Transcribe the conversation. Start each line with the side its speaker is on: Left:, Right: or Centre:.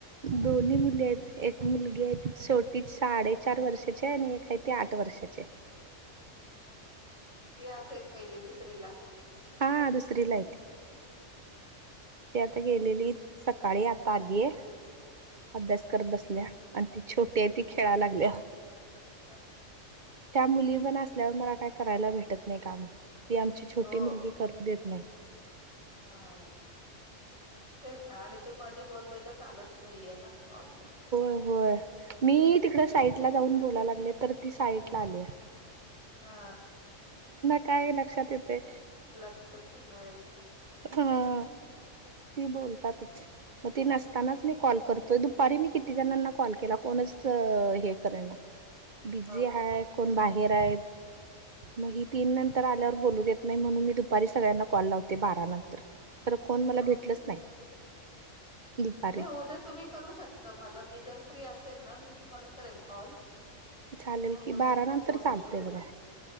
Right: दोन्ही मुली आहेत. एक मुलगी आहे. ती छोटी ती साडेचार वर्षाची आहे. आणि एक आहे ती आठ वर्षाची आहे.
Left: ती असेल पहिली दुसरीला.
Right: हा दुसरीला
Left: <inaudible>
Right: ते आता गेलेली सकाळी आता आलीय. अभ्यास करत बसल्या. आणि ती छोटी आहे ती खेळा लागलीया.
Left: ह ह
Right: त्या मुली पण असल्यावर मला काय करायला भेटत नाही काम. ती आमची छोटी
Left: हो
Right: मुलगी करू देत नाही.
Left: हा तेच ना. आणि ते मधी बोललेलं चालत नाहीये ना. कॉलला
Right: होय होय. मी तिकड साईटला जाऊन बोलायला लागले, तर ती साईटला आलीय.
Left: हा
Right: काय लक्षात येतय.
Left: लक्षात तर नाही येत ना.
Right: ह ती बोलतातच. मग ती नसतानाच मी कॉल करतोय. दुपारी मी किती जणांना कॉल केला कोण हे करायला बिझी
Left: हो
Right: आहे. कोण बाहेर आहेत. मग ही तीन नंतर आल्यावर बोलू देत नाही. म्हणून मी दुपारी सगळ्यांना कॉल लावते बारा नंतर. खरं कोण मला
Left: हो
Right: भेटलच
Left: का
Right: नाही. दुपारी.
Left: नाही उद्या तुम्ही करू शकता मला. मी जर फ्री असेल ना मी तुम्हाला करेल कॉल.
Right: चालेल
Left: उद्या
Right: कि. बारा
Left: पण
Right: नंतर
Left: बोलू
Right: चालतेय
Left: शकतो
Right: बघा.